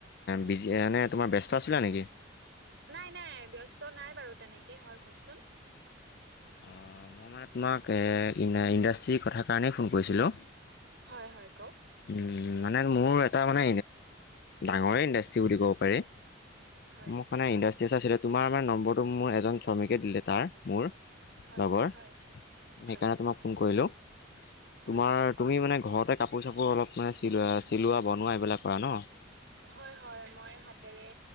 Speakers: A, on the left; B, on the right.
A: বিজি মানে, তোমাৰ, ব্যস্ত আছিলা নেকি?
B: নাই নাই, ব্যস্ত নাই বাৰু তেনেকে, হয় কওকচোন
A: অ', মই মানে তোমাক, ইণ্ডাষ্ট্ৰীৰ কথা কাৰণেই ফোন কৰিছিলোঁ।
B: হয়, হয়, কওক।
A: উম, মানে মোৰ, এটা মানে, ডাঙৰেই ইণ্ডাষ্ট্ৰ্ৰী বুলি ক'ব পাৰি
B: হয়
A: মোক মানে, ইণ্ডাষ্ট্ৰীছ আছিলে, তোমাৰ মানে নম্বৰটো, মোৰ এজন শ্ৰমিকে দিলে তাৰ, মোৰ
B: হয়
A: লগৰ,
B: হয়
A: সেইকাৰণে
B: হয়
A: তোমাক ফোন কৰিলোঁ। তোমাৰ,
B: হয়
A: তুমি মানে ঘৰতে কাপোৰ-চাপোৰ অলপ, মানে চিলোৱা চিলোৱা, বনোৱা, এইবিলাক কৰা ন?
B: হয় হয় মই হাতেৰে